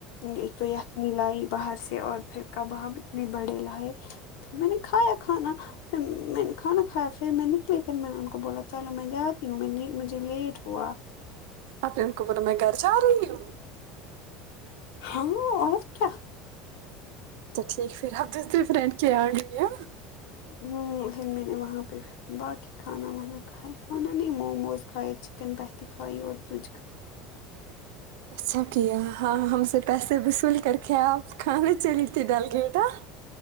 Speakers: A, on the left; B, on the right.
A: ایک تو یخنی لائی باہر سے اور پھر کباب اتنے بڑے لائے پھر میں نے کھایا کھانا پھر میں نے کھانا کھایا پھر میں نکلی پھر میں نے ان کو بولا چلو میں جاتی ہوں میں مجھے لیٹ ہوا
B: اپنے ان کو بولا میں گھر جا رہی ہوں
A: ہاں اور کیا
B: تو ٹھیک پھر دوسری فرنڈ کے آ گ ہے
A: ہوں ہوں وہاں پہ باقی کھانا وانا کھایا کھانا نہیں موموز کھائے چکن پتی کھائی اور تجھ کھ
B: اچھا کیا ہاں ہم سے پیسے وصول کر کے آپ کھانے چلی تھی ڈال کے بیٹا